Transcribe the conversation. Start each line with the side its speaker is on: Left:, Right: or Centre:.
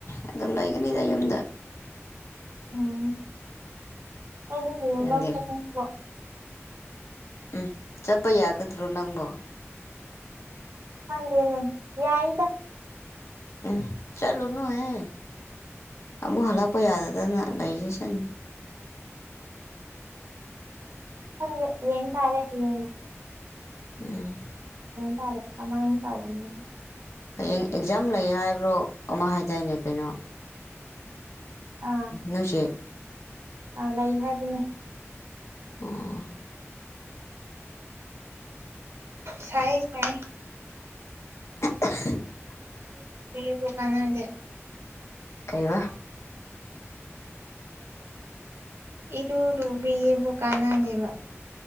Left: ꯑꯗꯨꯝ ꯂꯩꯒꯅꯤꯗ ꯌꯨꯝꯗ
Right: ꯎꯝ ꯍꯥꯏꯗꯤ꯫
Left: ꯅꯪꯗꯤ ꯎꯝ ꯆꯠꯄ ꯌꯥꯒꯗ꯭ꯔꯣ ꯅꯪꯕꯨ꯫
Right: ꯈꯪꯗꯦꯅꯦ ꯌꯥꯏꯗ꯫
Left: ꯎ ꯆꯂꯨꯅ ꯍꯦ꯫ ꯑꯕꯨ ꯍꯂꯛꯄꯣꯏ ꯌꯥꯗꯗ ꯂꯩꯏꯖꯁꯟ꯫
Right: ꯅꯪꯒ ꯌꯦꯟ ꯇꯥꯔꯦ ꯍꯅ꯫
Left: ꯎꯝ꯫
Right: ꯇꯥꯔꯦ ꯀꯃꯥꯏꯅ ꯇꯧꯕꯅꯣ꯫
Left: ꯍꯌꯦꯡ ꯑꯦꯛꯖꯥꯝ ꯂꯩ ꯍꯥꯏꯕ꯭ꯔꯣ ꯑꯃ ꯍꯥꯏꯖꯩꯅꯦ ꯀꯩꯅꯣ
Right: ꯑꯥ
Left: ꯎꯝꯁꯦ
Right: ꯑꯥ ꯂꯩ ꯍꯥꯏꯕꯅꯦ
Left: ꯑꯥ
Right: ꯁꯥꯏ ꯁꯥꯏ
Left: <unintelligible> <inaudible>
Right: ꯏ ꯏꯕ ꯀꯅꯥꯗꯦ꯫
Left: ꯀꯩ ꯋꯥ꯫
Right: ꯏꯔꯔꯨꯕꯤꯌꯦ ꯀꯅꯥ ꯗꯦꯕ꯫